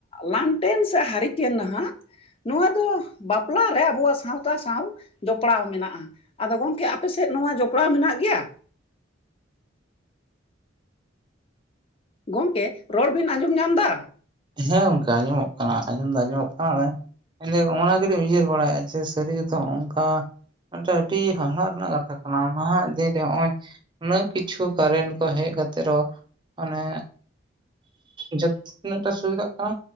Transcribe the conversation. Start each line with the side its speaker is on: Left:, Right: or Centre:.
Left: ᱞᱟᱱᱴᱮᱱ ᱥᱮ ᱦᱟᱹᱨᱤᱠᱮᱱ ᱱᱟᱦᱟᱸᱜ ᱱᱚᱣᱟ ᱫᱚ ᱵᱟᱯᱞᱟ ᱨᱮ ᱟᱵᱩᱣᱟᱜ ᱥᱟᱶᱛᱟ ᱥᱟᱶ ᱡᱚᱯᱲᱟᱣ ᱢᱮᱱᱟᱜᱼᱟ᱾ ᱟᱫᱚ ᱜᱚᱝᱠᱮ ᱟᱯᱮᱥᱮᱫ ᱱᱚᱣᱟ ᱡᱚᱯᱲᱟᱣ ᱢᱮᱱᱟᱜ ᱜᱮᱭᱟ? ᱜᱚᱝᱠᱮ, ᱨᱚᱲ ᱵᱤᱱ ᱟᱸᱡᱚᱢ ᱧᱟᱢ ᱫᱟ?
Right: ᱦᱮᱸ ᱜᱚᱝᱠᱮ ᱟᱸᱡᱚᱢᱚᱜ ᱠᱟᱱᱟ, ᱟᱸᱡᱚᱢ ᱫᱚ ᱟᱸᱡᱚᱢᱚᱜ ᱠᱟᱱᱟ <unintelligible> ᱢᱮᱱ ᱫᱤᱧ ᱦᱚᱸᱜᱚᱱᱟ ᱜᱮᱫᱚᱧ ᱩᱭᱦᱟᱹᱨ ᱵᱟᱲᱟᱭᱟ ᱡᱮ ᱥᱟᱹᱨᱤ ᱜᱮᱛᱚ ᱚᱝᱠᱟ ᱢᱤᱫᱴᱟᱜ ᱟᱹᱰᱤ ᱦᱟᱦᱟᱲᱟᱜ ᱨᱮᱱᱟᱜ ᱠᱟᱛᱷᱟ ᱠᱟᱱᱟ, ᱱᱟᱦᱟᱸᱜ ᱫᱤᱱ ᱨᱮ ᱱᱚᱜᱼᱚᱭ ᱩᱱᱟᱹᱜ ᱠᱤᱪᱷᱩ ᱠᱟᱨᱮᱱᱴ ᱠᱚ ᱦᱮᱡ ᱠᱟᱛᱮ ᱨᱮᱦᱚ ᱢᱟᱱᱮ ᱡᱷᱚᱛ ᱛᱤᱱᱟᱹᱜᱴᱟ ᱥᱩᱵᱤᱫᱟᱜ ᱠᱟᱱᱟ,